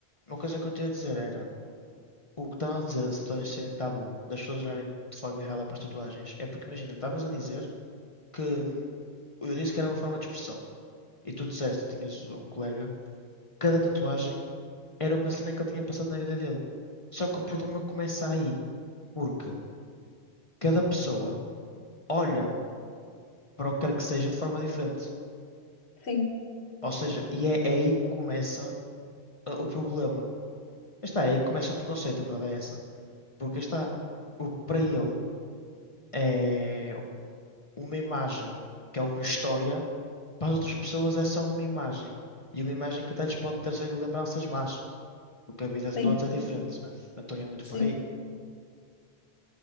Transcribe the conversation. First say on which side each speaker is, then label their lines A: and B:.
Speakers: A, on the left; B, on the left.
A: Uma coisa que eu tinha a dizer era, o que estavam a dizer das tatuagens serem tabu, das pessoas olharem de forma errada para as tatuagens, é porque imagina, estavas a dizer que hum, eu disse que era uma forma de expressão. E tu disseste, tinhas um colega, cada tatuagem era uma cena que ele tinha passado na vida dele. Só que o problema começa aí, porque cada pessoa olha para o que quer que seja de forma diferente.
B: <laughs> Sim,
A: Ou seja, e é, é aí que começa ah, o problema. Está, é aí que começa o preconceito, a verdade é essa. Porque está, o que para ele é uma imagem, que é uma história, para as outras pessoas é só uma imagem. E uma imagem que até lhes pode trazer lembranças más. Porque a vida de
B: sim,
A: todos é diferente, né? Então é muito
B: sim.
A: por aí.